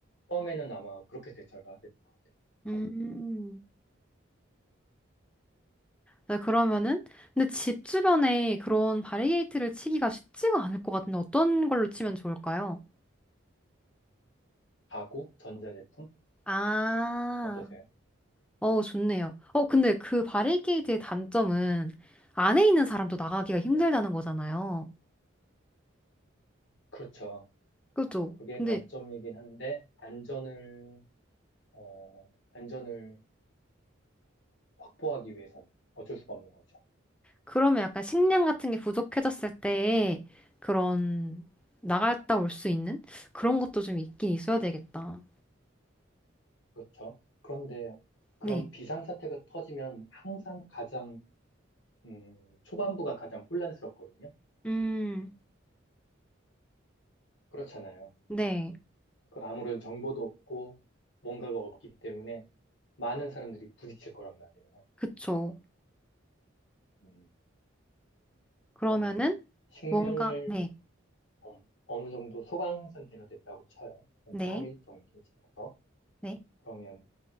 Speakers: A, on the left (about 65°); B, in the centre.
A: 처음에는 아마 그렇게 대처를 하게 될 것 같아요. 저는.
B: 음. 네, 그러면은, 근데 집 주변에 그런 바리게이트를 치기가 쉽지가 않을 것 같은데 어떤 걸로 치면 좋을까요?
A: 가구, 전자제품,
B: 아,
A: 어떠세요?
B: 어, 좋네요. 어, 근데 그 바리게이트의 단점은 안에 있는 사람도 나가기가 힘들다는
A: 네.
B: 거잖아요.
A: 그렇죠.
B: 그죠?
A: 그게
B: 근데
A: 단점이긴 한데, 안전을, 어, 안전을 확보하기 위해선 어쩔 수가 없는 거죠.
B: 그러면 약간 식량 같은 게 부족해졌을 때 그런 나갔다 올 수 있는 그런 것도 좀 있긴 있어야 되겠다.
A: 그렇죠. 그런데 그런
B: 네.
A: 비상사태가 터지면 항상 가장 음, 초반부가 가장 혼란스럽거든요.
B: 음,
A: 그렇잖아요.
B: 네.
A: 그 아무런 정보도 없고 뭔가가 없기 때문에 많은 사람들이 부딪힐 거란 말이에요.
B: 그쵸.
A: 음,
B: 그러면은
A: 그러면 식량을
B: 뭔가, 네,
A: 어, 어느 정도 소강 상태가 됐다고 쳐요. 한
B: 네,
A: 3일 정도 지나서.
B: 네,
A: 그러면